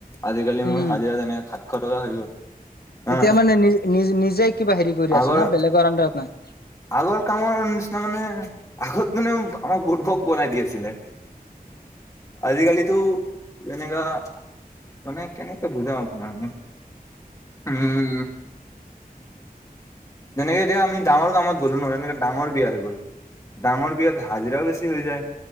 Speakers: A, on the left; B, on the left.
A: আজিকালি
B: উম,
A: মোৰ হাজিৰা যেনেক সাতশ টকা হৈ গ'ল। হা
B: এতিয়া মানে নি নিজ নিজে কিবা হেৰি কৰি
A: আগৰ
B: আছা না বেলেগৰ আণ্ডাৰত নাই।
A: আগৰ কামৰ নিচিনা মানে আগত মানে আমাক বুৰবক বনাই দি আছিলে। আজিকালিটো। যেনেকা মানে কেনেকে বুজাও আপোনাক মই। উম। যেনেকে এতিয়া আম ডাঙৰ কামত। গ'লো নহয় এনেকে ডাঙৰ বিয়া হৈ গ'ল ডাঙৰ বিয়াত হাজিৰাও বেছি হৈ যায়।